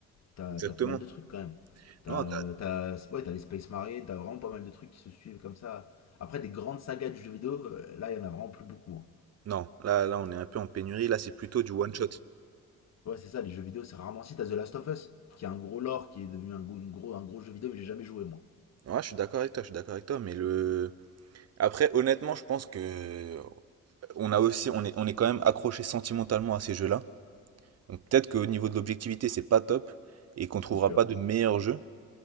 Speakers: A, on the left; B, on the right.
A: t'as
B: Exactement.
A: t'as pas mal de trucs quand même. T'as
B: Non,
A: euh, t'as- ouais, t'as les Space Marines. t'as vraiment pas mal de trucs qui se suivent comme ça. Après, des grandes sagas de jeux vidéo, euh, là, il y en a vraiment plus beaucoup. hein.
B: Non, là, là, on est un peu en pénurie. Là, c'est plutôt du one shot.
A: Euh, ouais, c'est ça, les jeux vidéo, c'est rarement si. T'as The Last of Us, qui a un gros lore, qui est devenu un, go- une gros, un gros jeu vidéo, mais j'ai jamais joué, moi.
B: Ouais, je suis d'accord avec toi, je suis d'accord avec toi, mais le... Après, honnêtement, je pense que on a aussi, on est, on est quand même accroché sentimentalement à ces jeux-là. Donc peut-être qu'au niveau de l'objectivité, c'est pas top et qu'on
A: C'est
B: trouvera
A: sûr.
B: pas de meilleurs jeux.